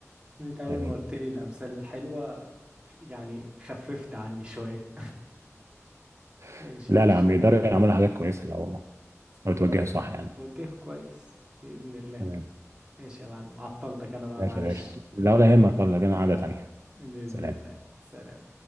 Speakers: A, on the right (about 20°); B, on the right (about 60°).
A: انت اول
B: امين
A: ما قلت لي الامثال الحلوه يعني خففت عني شويه <laughs> ماشي
B: <laughs> لا
A: يا باشا
B: لا يا عم يقدروا يعملوا حاجات كويسه لو لو توجهوا
A: لو
B: صح يعني
A: توجهه كويس باذن الله
B: تمام
A: ماشي يا معلم عطلتك انا بقى
B: ماشي
A: معلش
B: يا باشا لا ولا يهمك يلا لينا قعده تانيه
A: باذن
B: سلام
A: الله سلام